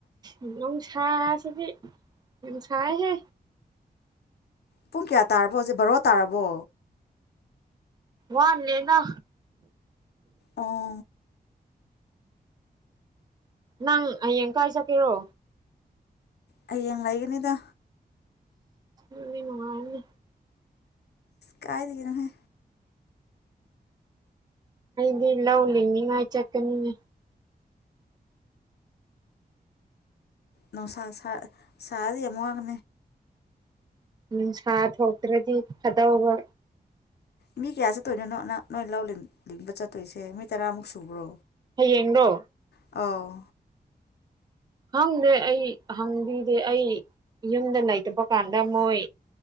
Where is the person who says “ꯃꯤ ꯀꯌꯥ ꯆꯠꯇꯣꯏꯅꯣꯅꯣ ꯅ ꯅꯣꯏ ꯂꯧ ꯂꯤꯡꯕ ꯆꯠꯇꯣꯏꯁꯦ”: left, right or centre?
Left